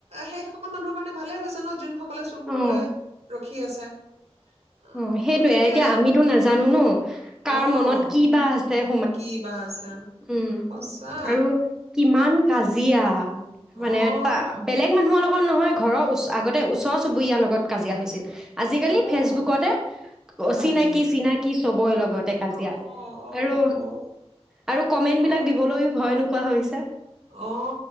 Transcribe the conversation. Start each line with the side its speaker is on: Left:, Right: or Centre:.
Right: সেই সকল মানুহৰ কাৰণে ভালেই হৈছে ন যোন সকলে চুৰ কৰিবলৈ
Centre: অ
Right: খি আছে অ',
Centre: উ সেইটোয়ে
Right: গতিকে
Centre: এতিয়া আমিতো নাজানো ন কাৰ
Right: অ',
Centre: মনত কি বা আছে <unintelligible>
Right: কি বা আছে
Centre: উ
Right: সঁচা
Centre: আৰু কিমান কাজিয়া <inaudible> মানে
Right: অ',
Centre: ত বেলেগ মানুহৰ অলপ নহয় ঘৰৰ ও আগতে ওচৰ চুবুৰীয়াৰ লগত কাজিয়া হৈছিল আজিকালি
Right: অ',
Centre: ফেচবুক। অ
Right: কাজিয়া
Centre: চিনাকি চিনাকি চবই লগতে কাজিয়া
Right: অ', অ',
Centre: আৰু
Right: অ',
Centre: আৰু কমেন্ট
Right: হয়
Centre: বিলাক দিবলৈও ভয় ন কোৱা হৈছে
Right: অ